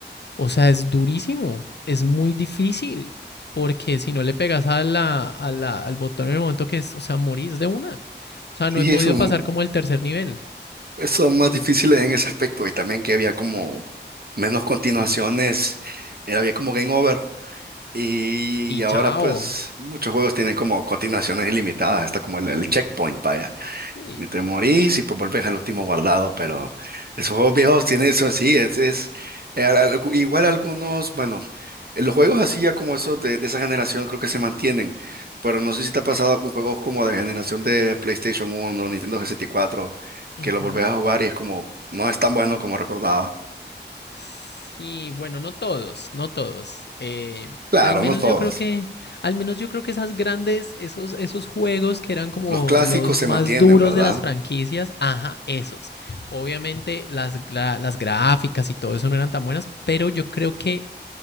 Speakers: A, on the left; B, on the right.
A: o sea, es durísimo, es muy difícil, porque si no le pegas a la, a la- al botón en el momento que es, o sea, morís de una. O sea,
B: sí,
A: no he podido
B: eso,
A: pasar como el tercer nivel.
B: son más difíciles en ese aspecto. Y también que había como
A: Y,
B: menos continuaciones. eh, Había como game over. Y
A: y chao.
B: ahora pues muchos juegos tienen como continuaciones ilimitadas. Está como el,
A: Mm,
B: el checkpoint, vaya.
A: Sí.
B: Ni te morís y pues volvés al último guardado, pero esos juegos viejos tienen eso, sí, es, es eh, al- al- igual algunos, bueno, eh, los juegos así ya como esos de, de esa generación creo que se mantienen, pero no sé si te ha pasado con juegos como de generación de PlayStation uno Nintendo 64,
A: Ujú.
B: que los volvés a jugar y es como, no es tan bueno como recordaba.
A: Sí, bueno, no todos, no todos. Eh,
B: Claro,
A: al menos
B: no todos.
A: yo creo que, al menos yo creo que esas grandes, esos, esos juegos que eran como
B: Los clásicos
A: los
B: se
A: más
B: mantienen,
A: duros
B: ¿verdad?
A: de las franquicias, ajá, esos. Obviamente las, gra- las gráficas y todo eso no eran tan buenas, pero yo creo que